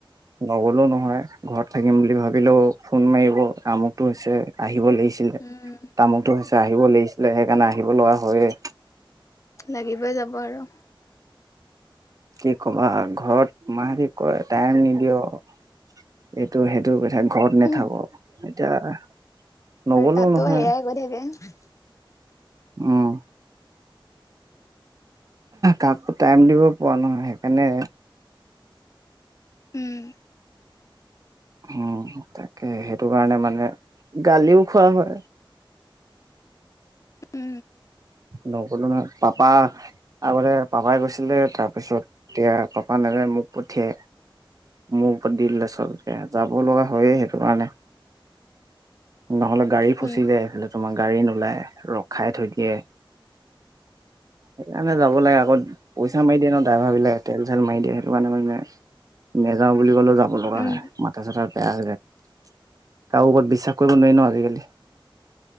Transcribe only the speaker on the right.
নগলেও নহয় ঘৰত থাকিম বুলি ভাবিলেও ফোন মাৰিব আমুকটো হৈছে আহিব লাগিছে
তামুকটো হৈছে আহিব লাগিছিলে সেইকাৰণে আহিব লগা হয়ে
কি কবা ঘৰত মাহতে কয় টাইম নিদিও এইটো সেইটো কৰি থাক ঘৰত নেথাকো
এতিয়া নগলেও
নহয়
উম কাকো টাইম দিব পৰা নহয় সেইকাৰণে
উম তাকে সেইটো কাৰণে মানে গালিও খোৱা হয়
নগলো নহয় পাপা আগতে পাপাই গৈছিলে তাৰ পিছত এতিয়া পাপা নেযাই মোক পঠিয়াই মোক দিলে চবকে যাব লগা হয়ে সেইটো কাৰণে নহ'লে গাড়ী ফচি
যায় এইফালে তোমাৰ গাড়ী নোলায় ৰখাই থৈ দিয়ে <inaudible> সেইকাৰণে যাব লাগে আকৌ পইচা মাৰি দিয়ে ন ড্ৰাইভাৰ বিলাকে তেল চেল মাৰি দিয়ে সেইটো কাৰণে মানে নেযাও বুলি ক'লে যাব
লগা হয় মাথা চাথা কাৰো ওপৰত বিশ্বাস কৰিব নোৱাৰি ন আজিকালি